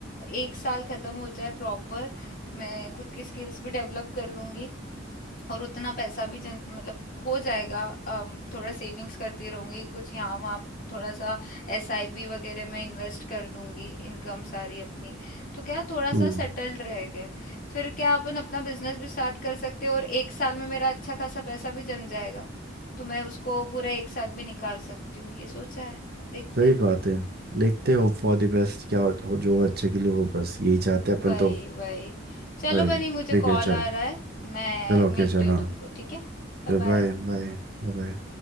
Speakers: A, on the left; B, on the right.
A: एक साल खत्म हो जाए प्रॉपर मैं खुद की स्किल्स भी डेवलप कर लूंगी और उतना पैसा भी जन मतलब हो जाएगा अम, थोड़ा सेविंग्स करती रहूंगी कुछ यहाँ वहाँ थोड़ा सा एसआईपी वगैरह में इन्वेस्ट कर दूंगी इनकम सारी अपनी तो क्या थोड़ा
B: हम्म
A: सा सेटल्ड रह गए फिर क्या अपन अपना बिजनेस भी स्टार्ट कर सकते हैं और एक साल में मेरा अच्छा खासा पैसा भी जम जाएगा तो मैं उसको पूरा एक साथ भी निकाल सकती हूँ ये सोचा है अब देखते
B: सही
A: हैं
B: बात है देखते हो फॉर द बेस्ट क्या हो, जो अच्छे के लिए हो बस यही चाहते हैं अपन
A: वही
B: तो
A: वही चलो
B: भाई
A: बनी मुझे
B: ठीक
A: कॉल
B: है चल
A: आ रहा है मैं
B: चलो ओके
A: मिलती
B: चल
A: हूँ
B: हाँ
A: तुमको ठीक है Bye
B: चल
A: bye
B: बाय बाय बाय